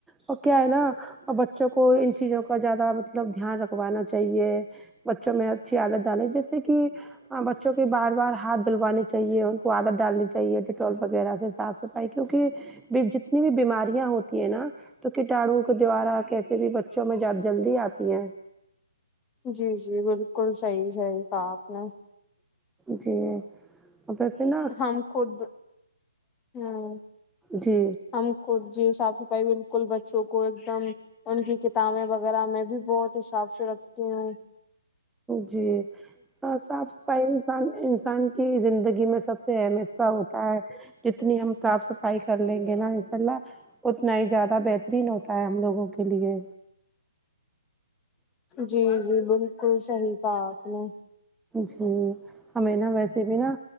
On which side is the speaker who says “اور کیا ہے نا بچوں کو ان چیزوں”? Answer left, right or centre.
Centre